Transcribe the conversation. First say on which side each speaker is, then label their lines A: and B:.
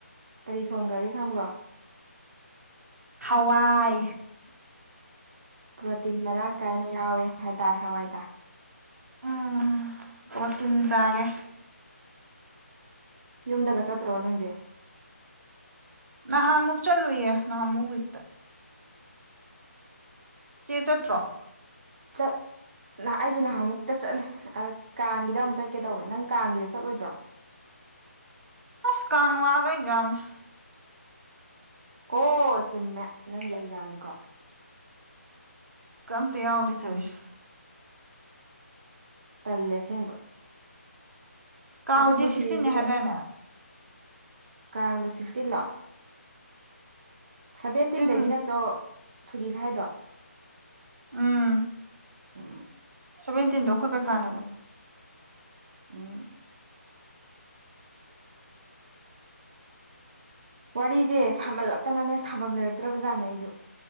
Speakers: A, on the right; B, on the right.
A: ꯀꯔꯤ ꯊꯣꯡꯈ꯭ꯔꯒꯦ ꯈꯪꯕ꯭ꯔꯣ
B: ꯍꯋꯥꯥꯏ
A: ꯄ꯭ꯔꯣꯇꯤꯟ ꯃꯔꯥꯡ ꯀꯥꯏꯅ ꯌꯥꯎꯋꯦ ꯍꯥꯏꯗꯥꯏ ꯍꯋꯥꯏꯗ
B: ꯎꯝ ꯑꯣ ꯇꯤꯟ ꯆꯥꯒꯦ
A: ꯌꯨꯝꯗꯒ ꯆꯠꯇ꯭ꯔꯣ ꯅꯪꯗꯤ
B: ꯅꯍꯥꯟꯃꯨꯛ ꯆꯠꯂꯨꯏꯌꯦ ꯅꯍꯥꯃꯨꯛ ꯋꯤꯛꯇ ꯆꯦ ꯆꯇ꯭ꯔ
A: ꯆꯠ ꯑꯩꯁꯨ ꯅꯍꯥꯟ ꯑꯃꯨꯛꯇ ꯆꯠꯂꯦ ꯀꯥꯡꯒꯤꯗ ꯑꯃꯨꯛ ꯆꯠꯀꯦ ꯇꯧꯋꯦ ꯅꯪ ꯀꯥꯡꯒꯤꯗ ꯆꯠꯂꯣꯏꯗ꯭ꯔꯣ <unintelligible>
B: ꯑꯁ ꯀꯥꯥꯟ ꯋꯥꯗꯦꯖꯝꯅꯦ
A: ꯑꯣ ꯆꯨꯝꯃꯦ ꯅꯪꯒꯤ ꯑꯦꯛꯖꯥꯝꯅꯤꯀꯣ
B: ꯀꯝꯇꯥꯎꯗꯤ ꯊꯔꯤꯁ
A: ꯇꯜꯂꯦ ꯑꯁꯦꯡꯕ
B: ꯀꯥꯡꯉ
A: ꯑꯗꯣ ꯄꯨꯟꯁꯤꯁꯦ
B: ꯗꯦ ꯁꯤꯛꯁꯇꯤꯟꯅꯦ ꯍꯥꯏꯇꯥꯔꯅꯦ
A: ꯀꯥꯡꯗꯣ ꯁꯤꯛꯁꯇꯤꯟꯂꯣ ꯁꯚꯦꯟꯇꯤꯟꯗꯒꯤ
B: ꯇꯤꯟ
A: ꯅꯠꯇ꯭ꯔꯣ ꯁꯨꯅꯤ ꯊꯥꯏꯗꯣ
B: ꯎꯝ
A: ꯑ
B: ꯁꯚꯦꯟꯇꯤꯟꯗꯣ ꯑꯩꯈꯣꯏꯠꯄꯩꯈꯥꯅꯦꯕ
A: ꯎꯝ ꯋꯥꯔꯤꯁꯦ ꯁꯥꯃꯜꯂꯛꯇꯅꯅꯦ ꯁꯥꯐꯝ ꯂꯩꯔꯛꯇ꯭ꯔꯕ ꯖꯥꯠꯅꯦ ꯑꯩꯁꯨ